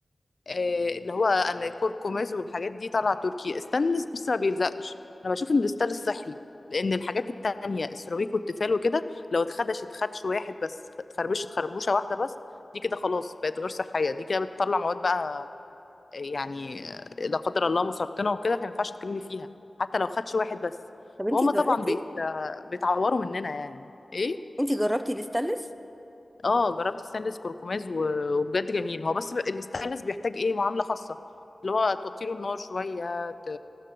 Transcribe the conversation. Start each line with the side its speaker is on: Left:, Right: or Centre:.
Left: آه، اللي هو انا كركماز والحاجات دي طالعه تركي استانلس بص ما بيلزقش انا بشوف ان الاستانلس صحي لان الحاجات التانية السيراميك والتيفال وكده لو اتخدش اتخدش واحد بس اتخربشت خربوشه واحده بس دي كده خلاص بقت غير صحيه دي كده بتطلع مواد بقى آه، يعني آه، لا قدر الله مسرطنه وكده فما ينفعش تكملي فيها حتى لو خدش واحد بس
Right: طب انتي
Left: وهم
Right: جربتي
Left: طبعا بيت... آه، بيتعوروا مننا يعني ايه
Right: انتي جربتي الستانلس
Left: اه جربت ستانلس كركماز و- وبجد جميل هو بس ب- الستانلس بيحتاج ايه معامله خاصه اللي هو توطيله النار شويه ت...